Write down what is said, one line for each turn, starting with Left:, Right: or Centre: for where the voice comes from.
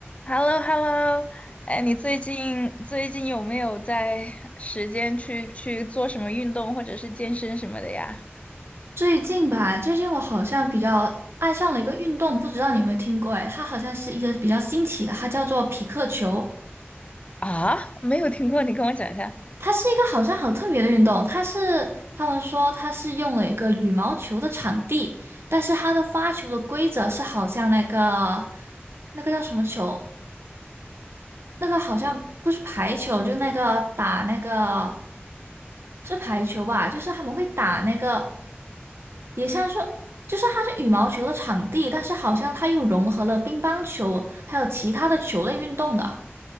Left: h e l l o h e l l o 哎，你最近最近有没有在时间去去做什么运动或者是健身什么的呀？
Right: 最近吧，最近我好像比较爱上了一个运动，不知道你有没有听过？哎，它好像是一个比较新奇的，它叫做匹克球。
Left: 啊，没有听过，你跟我讲一下。
Right: 它是一个好像好特别的运动，它是他们说它是用了一个羽毛球的场地，但是它的发球的规则是好像那个那个叫什么球？那个好像不是排球，就那个打那个是排球吧？就是他们会打那个，也像是就是它是羽毛球的场地，但是好像它又融合了乒乓球还有其他的球类运动的。